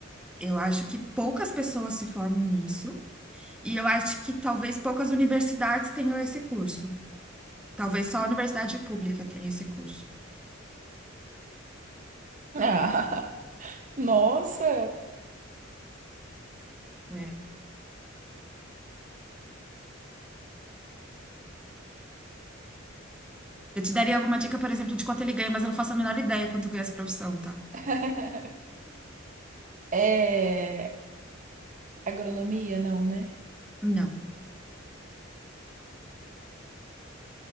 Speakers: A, in the centre; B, on the right (about 40°).
A: Eu acho que poucas pessoas se formam nisso, e eu acho que talvez poucas universidades tenham esse curso. Talvez só a universidade pública tenha esse curso,
B: Ah, <laughs> nossa!
A: né? Eu te daria alguma dica, por exemplo, de quanto ele ganha, mas eu não faço a menor ideia quanto ganha essa profissão, tá?
B: <laughs> É... Agronomia, não, né?
A: Não.